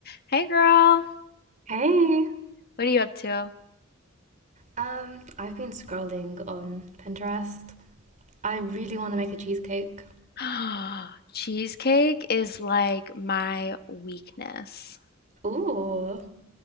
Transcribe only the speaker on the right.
Hey,
um, I've been scrolling on Pinterest. I really want to make a cheesecake.
Ooh,